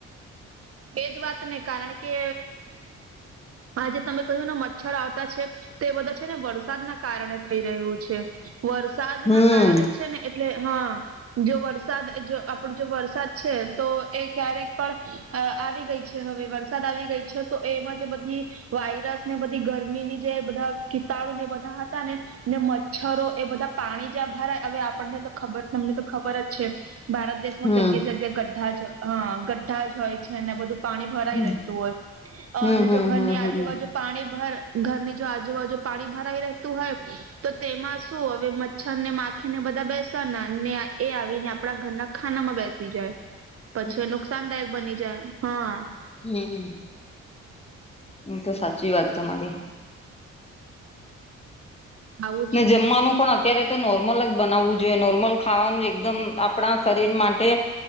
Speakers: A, on the right; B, on the left.
A: એજ વાત ને કારણ કે આજે તમે કહ્યું ને મચ્છર આવતા છે. તે બધા છે ને વરસાદના કારણે થઈ રહ્યું છે. વરસાદના
B: હમ
A: કારણે છે ને એટલે હા જો વરસાદ જો આપણું જો વરસાદ છે. તો એ ક્યારેક પણ અ આવી ગઈ છે. હવે વરસાદ આવી ગઈ છે. તો એમાં જે બધી વાયરસ ને બધી ગરમીની જે બધા ખીતાડુને બધા હતા ને ને મચ્છરો એ બધા પાણી જ્યાં ભરાય હવે આપણને તો ખબર તમને તો ખબર જ છે. ભારત દેશમાં
B: હમ
A: જગ્યા જગ્યા ગ્ઢા જ હા ગ્ઢા જ હોય. એને બધું પાણી ભરાઈ
B: હમ
A: રહેેતું હોય.
B: હમ
A: અને
B: હમ
A: જો ઘરની
B: હમ
A: આજુબાજુ
B: હમ
A: પાણી ભરા ઘરની જો આજુબાજુ પાણી ભરાઈ રહેતું હોય. તો તેમાં શું હવે મચ્છરને માખીને બધા બેસવાના એ આવીને આપડા ઘરના ખાનામાં બેસી જાય.
B: હમ <unintelligible>
A: પછી નુકસાનદાયક બની જાય. હા
B: હમ એ તો સાચી વાત તમારી
A: આવું
B: ને
A: છે
B: જમવાનું પણ અત્યારે નોર્મલ જ બનાવવું જોઈએ. નોર્મલ ખાવાનું એકદમ આપણા શરીર માટે